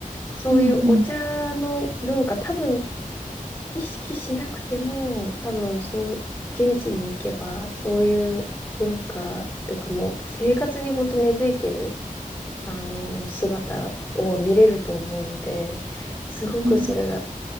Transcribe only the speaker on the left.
そういうお茶の文化、
多分意識しなくても、多分そう、現地に行けば、そういう文化というかもう生活に本当根付いてる、あの、姿を見れると思うので、すごくそれが